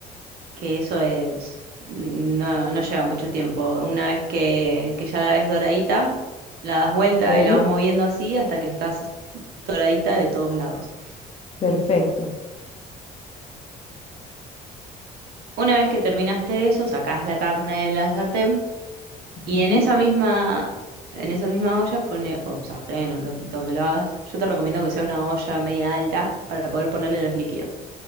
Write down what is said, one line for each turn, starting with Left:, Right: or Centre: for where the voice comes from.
Right: que eso es, no, no lleva mucho tiempo. Una vez que, que ya la ves doradita, la das vuelta
Left: Ok,
Right: y la vas moviendo así hasta que estás doradita de todos lados.
Left: perfecto.
Right: Una vez que terminaste eso, sacás la carne de la sartén Y
Left: Ujú,
Right: en esa misma, en esa misma olla pone, o sartén, o lo- donde lo hagas, yo te recomiendo que sea una olla media alta para poder ponerle los líquidos.